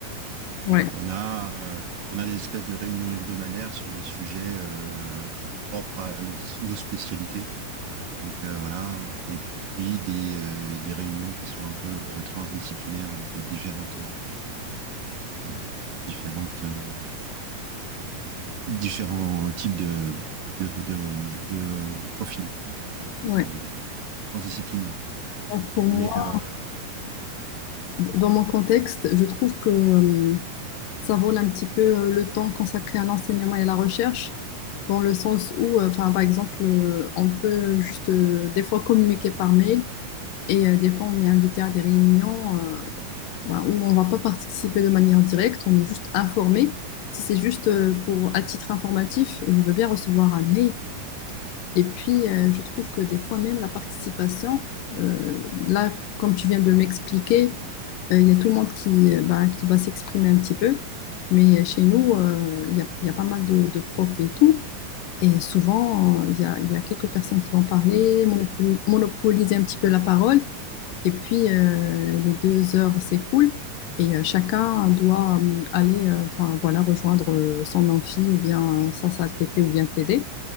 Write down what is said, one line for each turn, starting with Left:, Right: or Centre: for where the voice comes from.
Left: Ouais,
Right: Donc on a, euh, on a des espèces de réunions hebdomadaires sur des sujets euh, propres à nos, nos spécialités. Donc euh, voilà, et puis des, euh, des réunions qui sont un peu euh, transdisciplinaires avec les différentes, euh, différentes, euh, différents types de, de, de, de profils, quoi,
Left: ouais.
Right: qui se- transdisciplinaires, quoi.
Left: Donc, Pour moi,
Right: Mais euh,
Left: dans mon contexte, je trouve que euh, ça vole un petit peu euh, le temps consacré à l'enseignement et à la recherche. dans le sens où, euh, enfin, par exemple, euh, on peut juste euh, des fois communiquer par mail, Et euh, des fois, on est invité à des réunions euh, bah, où on ne va pas participer de manière directe, on est juste informé. Si c'est juste euh, pour, à titre informatif, je veux bien recevoir un mail. Et puis, euh, je trouve que des fois, même la participation, euh, là, comme tu viens de m'expliquer, euh, il y a tout le monde qui, euh, bah, qui va s'exprimer un petit peu. Mais euh, chez nous, euh, il y a, il y a pas mal de, de profs et tout. Et souvent, euh, il y a, il y a quelques personnes qui vont parler, monopo- monopoliser un petit peu la parole. Et puis, euh, les deux heures s'écoulent et euh, chacun doit euh, aller euh, enfin, voilà, rejoindre euh, son amphi ou bien euh, sa salle TP ou bien TD.